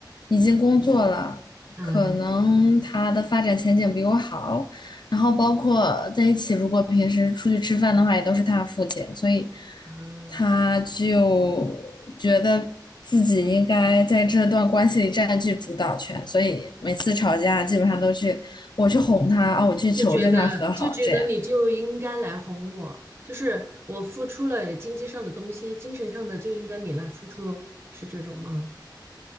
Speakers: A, on the left; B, on the right.
A: 已经工作了，
B: 嗯
A: 可能他的发展前景比我好，然后包括在一起，如果平时出去吃饭的话，也都是他付钱，所以
B: 啊，
A: 他就觉得自己应该在这段关系里占据主导权，所以每次吵架基本上都去我去哄他啊，我去求着他和好这样。
B: 就觉得就觉得你就应该来哄我，就是我付出了经济上的东西，精神上的就应该你来付出，是这种吗？